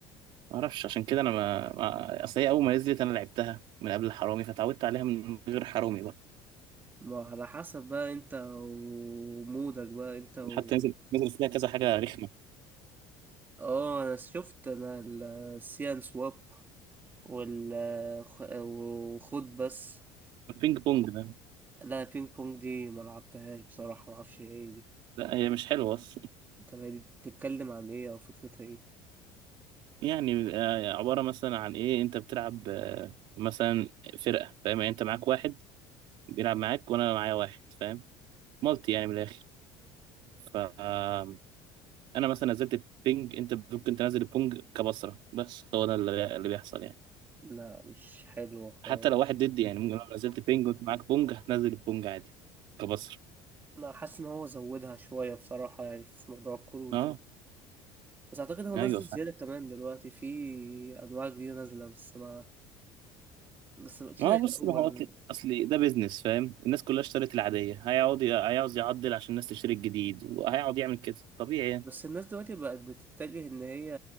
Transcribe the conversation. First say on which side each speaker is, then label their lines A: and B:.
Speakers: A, on the right (about 55°); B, on the right (about 20°).
A: ما اعرفش عشان كده انا ما ما- اصل هي اول ما نزلت انا لعبتها من قبل الحرامي فتعودت عليها من غير حرامي بقى
B: ما على حسب بقى انت ومودك بقى انت و...
A: حتى نزل نزل فيها كذا حاجة رخمة
B: اه انا شفت انا السيان سواب وال خ- وخد بس
A: البينج بونج ده
B: لا بينج بونج دي ما لعبتهاش بصراحة ما اعرفش ايه دي
A: لا هي مش حلوة أصلا
B: طب هي دي بتتكلم عن ايه او فكرتها ايه
A: يعني آه، عبارة مثلا عن إيه أنت بتلعب آه، مثلا فرقة فاهم يعني أنت معاك واحد بيلعب معاك وأنا معايا واحد فاهم مالتي يعني من الآخر فأنا مثلا نزلت البينج أنت ممكن تنزل البونج كبصرة بس هو ده اللي اللي بيحصل يعني
B: لا مش حلوة خالص
A: حتى لو واحد ضدي يعني ممكن لو نزلت بينج وأنت معاك بونج هتنزل البونج عادي كبصرة
B: انا حاسس ان هو زودها شوية بصراحة يعني في موضوع الكروت
A: أه
B: ده بس اعتقد هو نزل
A: أيوه
B: زيادة كمان دلوقتي في انواع جديدة نازلة بس ما بس مبقتش
A: ما
B: زي
A: هو
B: الاول
A: بص ما هو أكل- اصل ده بيزنس فاهم الناس كلها اشترت العاديه هيقعد ي- هيعوز يعدل عشان الناس تشتري الجديد وهيقعد يعمل كده طبيعي يعني
B: بس الناس دلوقتي بقت بتتجه ان هي